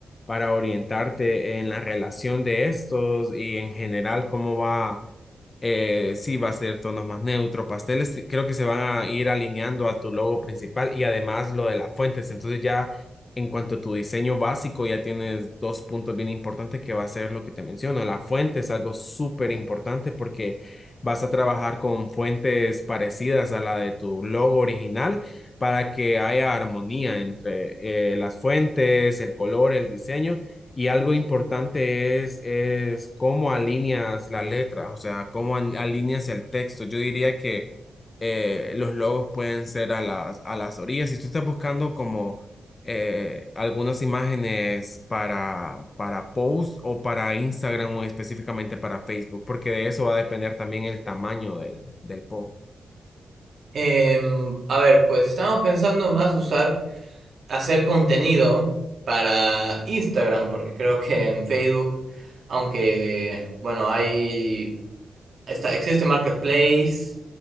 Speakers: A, on the left (about 40°); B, on the right (about 65°).
A: para orientarte en la relación de estos y en general cómo va eh, sí va a ser tonos más neutros, pasteles, sí, creo que se van a ir alineando a tu logo principal y además lo de las fuentes. Entonces ya en cuanto a tu diseño básico, ya tienes dos puntos bien importantes que va a ser lo que te menciono. La fuente es algo súper importante porque vas a trabajar con fuentes parecidas a la de tu logo original para que haya armonía entre eh, las fuentes, el color, el diseño. Y algo importante es, es cómo alineas la letra, o sea, cómo al- alineas el texto. Yo diría que eh, los logos pueden ser a las, a las orillas. Si tú estás buscando como eh, algunas imágenes para, para post o para Instagram o específicamente para Facebook, porque de eso va a depender también el tamaño del, del post.
B: Em, a ver, pues estamos pensando más usar, hacer contenido para Instagram, porque creo que en Facebook, aunque, bueno, hay, está, existe Marketplace